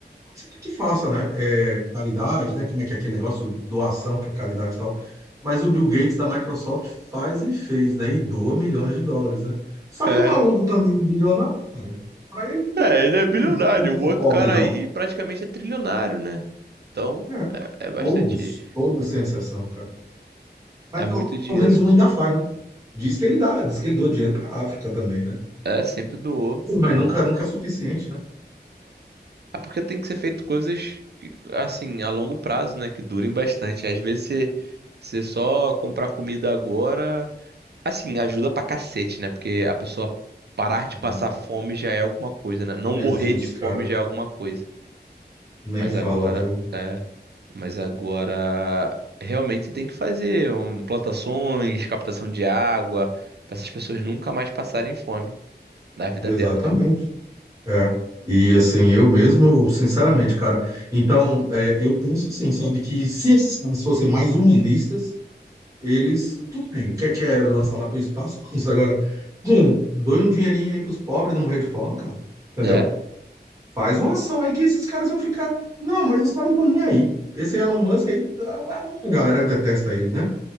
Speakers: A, on the right (about 20°); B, on the right (about 70°).
A: você tem que faça, né? É, caridade, né? Como é que é aquele negócio, doação para caridade e tal. Mas o Bill Gates da Microsoft faz e fez, né? E doa milhões de dólares, né? Só
B: É.
A: que o maluco também, é bilionário, cara, para ele também
B: É, ele é bilionário.
A: hum, não fica
B: O outro
A: pobre,
B: cara
A: não.
B: aí praticamente é trilionário, né? Então
A: É.
B: é, é bastante.
A: Todos, todos sem exceção, cara. Mas
B: É
A: pelo
B: muito dinheiro.
A: menos um ainda faz, né? Diz que ele dá, diz que ele doa dinheiro para a África também, né?
B: É, sempre doou.
A: Mas
B: O...
A: nunca, nunca é suficiente, né?
B: É porque tem que ser feito coisas que, assim, a longo prazo, né? Que durem bastante. Às vezes você, você só comprar comida agora. Assim, ajuda pra cacete, né? Porque a pessoa parar
A: Nossa,
B: de passar
A: mano.
B: fome já é alguma coisa, né? Não
A: Jesus,
B: morrer de fome
A: cara,
B: já é alguma coisa.
A: nem
B: Mas
A: fala,
B: agora,
A: viu?
B: é, mas agora realmente você tem que fazer um, plantações, captação de água, pra essas pessoas nunca mais passarem fome na vida
A: Exatamente.
B: delas,
A: É. E assim, eu mesmo, sinceramente, cara. Então, é, eu penso assim, sabe, que se esses caras fossem mais humanistas, eles. Tudo bem, quer, quer lançar lá pro espaço? Lança agora. Hum, doe um dinheirinho aí pros pobres não morrer de fome, cara. Entendeu?
B: né?
A: Faz uma ação aí que esses caras iam ficar. Não, mas os caras não estão nem aí. Esse Elon Musk aí, a a galera detesta ele, né?